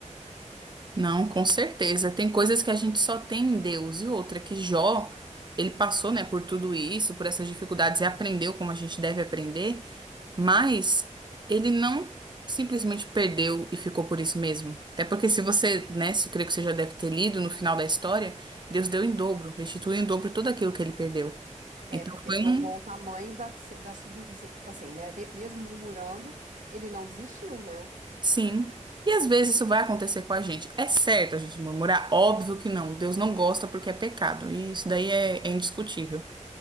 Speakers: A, on the right; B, on the right.
A: Não, com certeza. Tem coisas que a gente só tem em Deus. E outra, que Jó, ele passou, né, por tudo isso, por essas dificuldades e aprendeu como a gente deve aprender. Mas ele não simplesmente perdeu e ficou por isso mesmo. Até porque se você, né, se eu creio que você já deve ter lido no final da história, Deus deu em dobro, restituiu em dobro tudo aquilo que ele perdeu.
B: É,
A: Então
B: porque
A: foi
B: provou
A: um
B: o tamanho da, da subvivência, assim, né? re- Mesmo murmurando, ele não desistiu, né?
A: sim. E às vezes isso vai acontecer com a gente. É certo a gente murmurar? Óbvio que não. Deus não gosta porque é pecado. E isso daí é, é indiscutível.